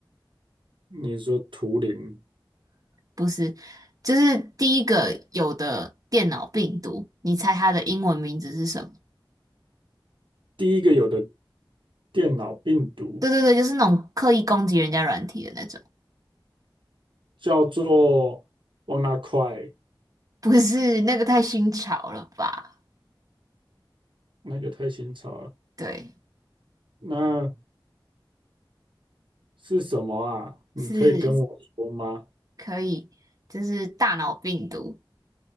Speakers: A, on the right (about 75°); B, on the right (about 45°).
A: 你说图灵
B: 不是，就是第一个有的电脑病毒，你猜它的英文名字是什么？
A: 第一个有的电脑病毒
B: 对对对，就是那种刻意攻击人家软体的那种，
A: 叫做 WannaCry，
B: 不是那个太新潮了吧？
A: 那个太新潮了。
B: 对，
A: 那是什么啊？你可以跟我说吗？
B: 是可以，就是大脑病毒，